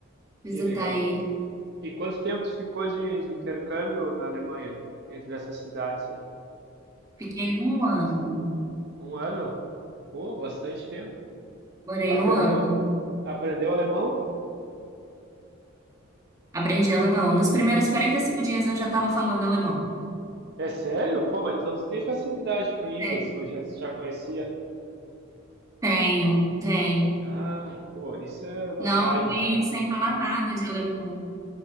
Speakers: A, on the right; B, on the right.
A: visitar
B: Que legal.
A: ele.
B: E quanto tempo tu ficou de, de intercâmbio na Alemanha, entre essas cidades aí?
A: Fiquei um ano,
B: Um ano? Pô, bastante tempo.
A: morei
B: Aprendeu,
A: um ano.
B: aprendeu alemão?
A: Aprendi alemão. Nos primeiros 45 dias eu já estava falando alemão.
B: É sério? Pô, mas então tu tem facilidade com línguas,
A: É,
B: ou já, já conhecia?
A: Tenho, tenho.
B: Ah, pô, isso é vantagem,
A: Não, fui
B: né?
A: sem falar nada de alemão.